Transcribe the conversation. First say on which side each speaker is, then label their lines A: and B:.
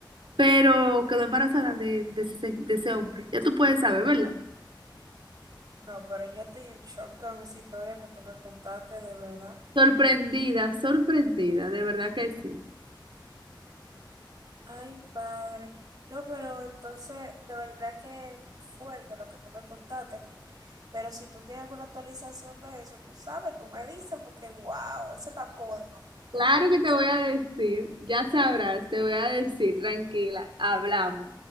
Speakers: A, on the right; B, on the right.
A: pero quedó embarazada de, de ese, se- de ese hombre. Ya tú puedes saber, ¿verdad?
B: No, pero yo estoy en shock con esa historia que tú me contaste, de verdad.
A: Sorprendida, sorprendida, de verdad que sí.
B: Ay, padre. No, pero entonces, de verdad que fuerte lo que tú me contaste. Pero si tú tienes alguna actualización de eso, tú sabes, tú me dices, porque wow, eso está cómodo,
A: Claro que te voy a decir, ya sabrás, te voy a decir, tranquila, hablamos.